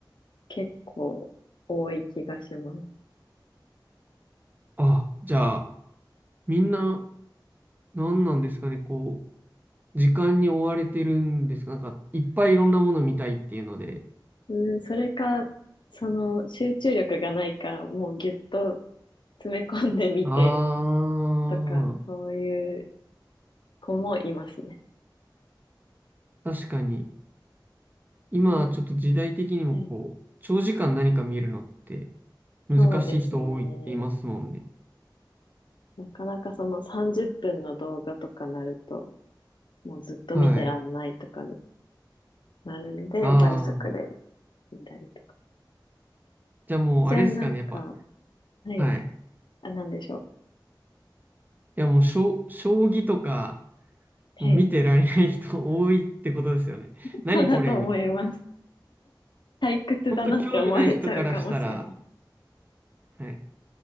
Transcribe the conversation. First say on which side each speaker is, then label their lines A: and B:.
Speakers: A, on the left; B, on the right.
A: 結構多い気がします。
B: あ、じゃあ、みんな、何なんですかね、こう、時間に追われてるんですかなんか、いっぱいいろんなもの見たいっていうので。
A: うん、それか、その集中力がないからもうぎゅっと詰め込んでみて
B: ああ、
A: とか、そういう子もいますね。
B: 確かに。今、
A: うん、
B: ちょっと時代的にもこう、
A: はい
B: 長時間何か見るのって難しい人多いって言いますもんね。
A: そうですね。なかなかその30分の動画とかなると、もうずっと見てらんないとかに
B: はい。
A: なるんで、
B: ああ、
A: 倍速で見たりとか。
B: じゃあもう、
A: じゃあなんか、
B: あれですかね、やっぱ。
A: はい。
B: はい。
A: あ、なんでしょう。
B: いやもう、しょ将棋とか、
A: はい。
B: もう見てられない人 <laughs> 多いってことですよね。
A: <laughs>
B: 何これみたいな。
A: そうだと思います。退屈だなって思われちゃうかもしれ
B: 本当興味ない人からしたら、はい。